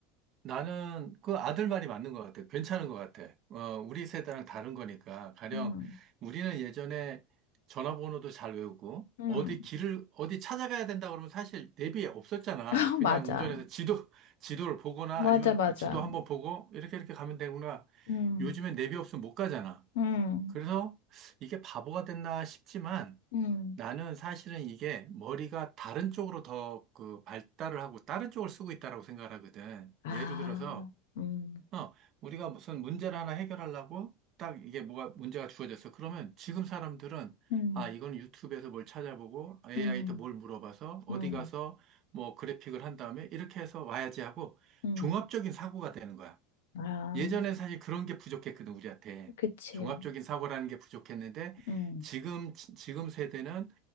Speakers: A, on the right (about 45°); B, on the left (about 70°).
A: 나는 그 아들 말이 맞는 것 같아. 괜찮은 것 같아. 어, 우리 세대랑 다른 거니까. 가령
B: 음.
A: 우리는 예전에 전화번호도 잘 외우고,
B: 음.
A: 어디 길을, 어디 찾아가야 된다 그러면 사실 내비 없었잖아.
B: <laughs>
A: 그냥
B: 맞아.
A: 운전해서 지도, <laughs> 지도를 보거나
B: 맞아,
A: 아니면
B: 맞아.
A: 지도 한번 보고, 이렇게 이렇게 가면 되구나.
B: 음.
A: 요즘엔 내비 없으면 못 가잖아.
B: 음.
A: 그래서 이게 바보가 됐나 싶지만,
B: 음.
A: 나는 사실은 이게 머리가 다른 쪽으로 더 그 발달을 하고 다른 쪽을 쓰고 있다라고 생각을 하거든.
B: 아,
A: 예를 들어서,
B: 음,
A: 어, 우리가 무슨 문제를 하나 해결하려고 딱 이게 뭐가 문제가 주어졌어. 그러면 지금 사람들은
B: 음,
A: 아, 이건 유튜브에서 뭘 찾아보고 AI한테
B: 음,
A: 뭘 물어봐서 어디
B: 음,
A: 가서 뭐 그래픽을 한 다음에 이렇게 해서 와야지 하고
B: 음.
A: 종합적인 사고가 되는 거야.
B: 아,
A: 예전엔 사실 그런 게 부족했거든, 우리한테.
B: 그치.
A: 종합적인 사고라는 게 부족했는데,
B: 음,
A: 지금, 지- 지금 세대는